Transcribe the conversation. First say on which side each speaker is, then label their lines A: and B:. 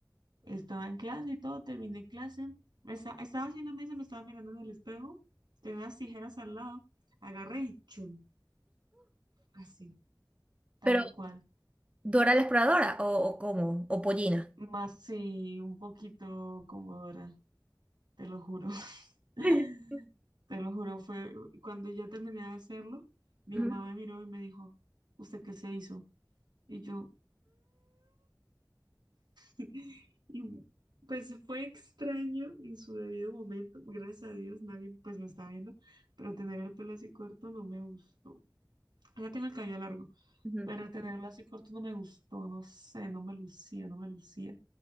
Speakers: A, on the right; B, on the right.
A: estaba en clase y todo, terminé clase. Me esta- estaba haciendo mesa, me estaba mirando en el espejo. Tenía las tijeras al lado. Agarré y chun, así, tal
B: Pero,
A: cual.
B: ¿Dora la exploradora o, o cómo? ¿O Pollina?
A: Más sí, un poquito conmovedora, te lo juro. <laughs>
B: <laughs>
A: Te lo juro, fue cuando yo terminé de hacerlo, mi
B: Ujú,
A: mamá me miró y me dijo, ¿usted qué se hizo? Y yo, <laughs> Y pues fue extraño en su debido momento. Gracias a Dios nadie pues me está viendo, pero tener el pelo así corto no me gustó. Ya tengo el cabello largo,
B: ujú.
A: pero tenerlo así corto no me gustó, no sé, no me lucía, no me lucía.